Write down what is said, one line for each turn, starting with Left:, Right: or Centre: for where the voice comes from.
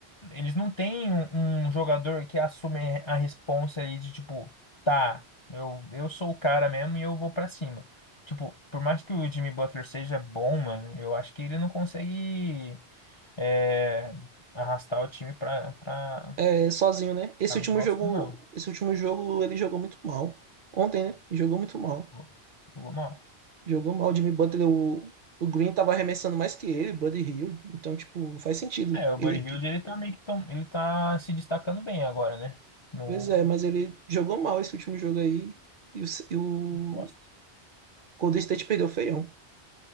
Left: Eles não têm um, um jogador que assume a responsa ali de tipo, tá, eu, eu sou o cara mesmo e eu vou pra cima. Tipo, por mais que o Jimmy Butler seja bom, mano, eu acho que ele não consegue é, arrastar o time pra, pra,
Right: É sozinho, né? Esse
Left: pra
Right: último
Left: muito próximo,
Right: jogo,
Left: não.
Right: esse último jogo ele jogou muito mal. Ontem, né? Jogou muito mal.
Left: Jogou jogou mal.
Right: Jogou mal o Jimmy Butler, o, o Green tava arremessando mais que ele, Buddy Hill. Então, tipo, não faz sentido.
Left: É, o
Right: Ele
Left: Buddy Hield ele tá meio que tom, ele tá se destacando bem agora, né? No
Right: Pois é, mas ele jogou mal esse último jogo aí e o, e o
Left: Boston.
Right: Golden State perdeu feião.